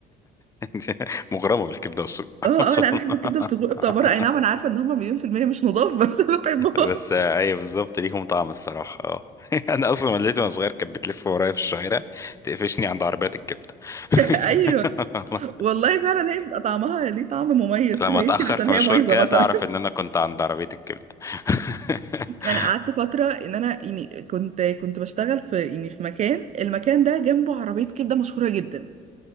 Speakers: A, on the left; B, on the right.
A: <laughs> مغرمه بالكبده والسجق <laughs>
B: اه
A: ما شاء
B: اه لا انا
A: الله
B: بحب الكبده والسجق بتاع بره اي نعم انا عارفه ان هم مليون في الميه مش نضاف بس <laughs> بحبهم
A: بس آه، ايوه بالظبط ليهم طعم الصراحه اه <laughs> انا اصلا والدتي وانا صغير كانت بتلف ورايا في الشوارع تقفشني عند عربيات الكبده <laughs>
B: ايوه
A: والله.
B: والله فعلا هي بيبقى طعمها ليه طعم مميز
A: لما
B: كده
A: اتاخر
B: يمكن عشان
A: في مشوار
B: هي بايظه
A: كده
B: مثلا
A: تعرف ان انا كنت عند عربيه الكبده <laughs>
B: انا قعدت فتره ان انا يعني كنت كنت بشتغل في يعني في مكان المكان ده جنبه عربيه كبده مشهوره جدا